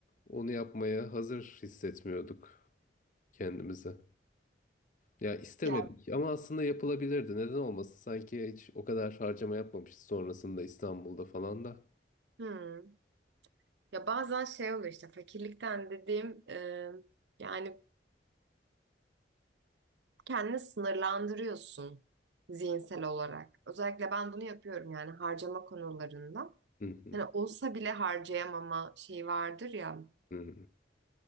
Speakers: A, on the left; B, on the right.
A: onu yapmaya hazır hissetmiyorduk kendimizi. Ya istemedik
B: Ya,
A: ama aslında yapılabilirdi. Neden olmasın? Sanki hiç o kadar harcama yapmamışız sonrasında İstanbul'da falan da.
B: hmm. Ya bazen şey oluyor işte fakirlikten dediğim e, yani kendini sınırlandırıyorsun zihinsel olarak. Özellikle ben bunu yapıyorum yani harcama konularında.
A: Hı hı,
B: Hani olsa bile harcayamama şeyi vardır ya.
A: hı. hı.